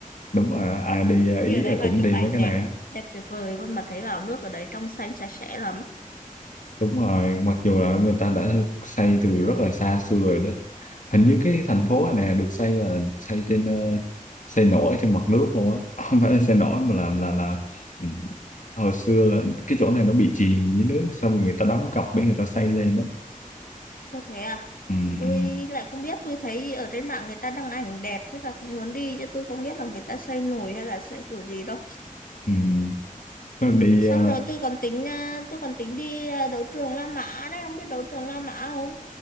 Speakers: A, on the left; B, on the left.
A: đúng rồi ai đi ờ,
B: đi
A: Ý
B: ở đấy
A: là
B: mà
A: cũng
B: chụp
A: đi
B: ảnh
A: mấy cái
B: đẹp
A: này á.
B: đẹp tuyệt vời luôn mà thấy bảo nước ở đấy trong xanh sạch sẽ lắm
A: Đúng rồi, mặc dù là người ta đã xây từ rất là xa xưa rồi đó. Hình như cái thành phố này nè được xây là xây trên ờ, xây nổi trên mặt nước luôn á, <laughs> không phải là xây nổi mà là là là ừ, hồi xưa là cái chỗ này nó bị chìm dưới nước, xong rồi người ta đóng cọc để người ta xây lên đó.
B: ô thế à
A: Ừ,
B: tôi
A: ừ,
B: lại không biết tôi thấy ở trên mạng người ta đăng ảnh đẹp thế là cũng muốn đi chứ tôi không biết là người ta xây nổi hay là xây kiểu gì đâu
A: ừ. Tôi Đi
B: xong
A: ờ,
B: rồi tôi còn tính à, tôi còn tính đi à, đấu trường La Mã đấy không biết đấu trường La Mã không